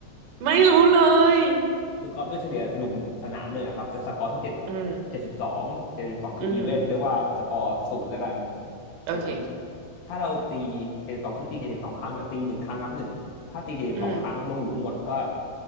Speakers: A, on the right (about 80°); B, on the left (about 60°).
A: ไม่รู้เลย
B: คือกอล์ฟด้วยเฉลี่ยหลุมสนามหนึ่งอะครับจะสกอร์ที่เจ็ด
A: อืม
B: เจ็ดสิบสองเจ็ดสิบสองคืออีเวนเรียกว่าสกอร์ศูนย์แล้วกัน
A: อืมโอเค
B: ศูนย์ถ้าเราตีเจ็ดสิบสองคือตีเจ็ดสิบสองครั้งอ่ะตีหนึ่งครั้งนับหนึ่งถ้าตีเจ็ดสิบสองครั้งลงหลุมหมดก็
A: อืม